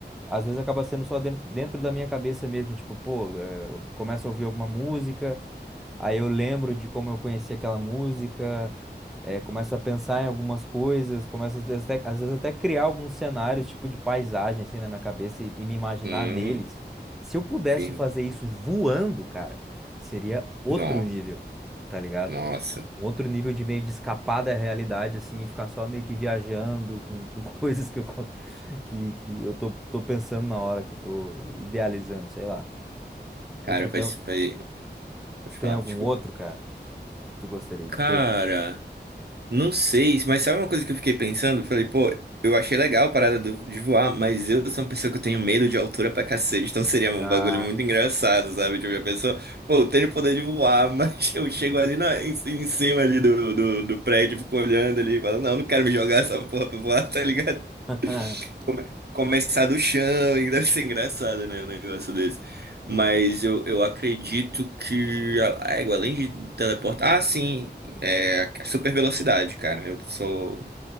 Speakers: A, in the centre; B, on the right (about 65°).
A: Às vezes acaba sendo só dentro, dentro da minha cabeça mesmo. Tipo, pô, eh, eu começo a ouvir alguma música, aí eu lembro de como eu conheci aquela música, eh, começo a pensar em algumas coisas, começo às vezes, até, às vezes até criar alguns cenários, tipo de paisagem, assim, na minha cabeça e, e me imaginar
B: Hum,
A: neles. Se eu pudesse
B: firme.
A: fazer isso voando, cara, seria outro
B: Nó,
A: nível, tá ligado?
B: nossa.
A: um outro nível de meio de escapar da realidade, assim, e ficar só meio que viajando com, com <laughs> coisas que eu, co- que, que eu tô, tô pensando na hora, que eu tô idealizando, sei lá.
B: Cara,
A: E tu tem,
B: faz, faz. Pode
A: tu tem
B: falar,
A: algum
B: desculpa.
A: outro, cara, que tu gostaria
B: Cara.
A: de ter?
B: Não sei, mas sabe uma coisa que eu fiquei pensando? Eu Falei, pô, eu achei legal a parada do- de voar, mas eu sou uma pessoa que eu tenho medo de altura pra cacete, então seria um
A: Ah,
B: bagulho muito engraçado, sabe? Tipo, a pessoa, pô, eu tenho o poder de voar, mas <laughs> eu chego ali na, em, em cima ali do, do, do prédio, fico olhando ali, falo, não, não quero me jogar essa porra pra voar, <laughs> tá ligado?
A: <laughs>
B: Come- começar do chão, e deve ser engraçado, né, um negócio desse. Mas eu, eu acredito que a a égua, além de teleportar. Ah, sim. É, super velocidade, cara. Eu sou.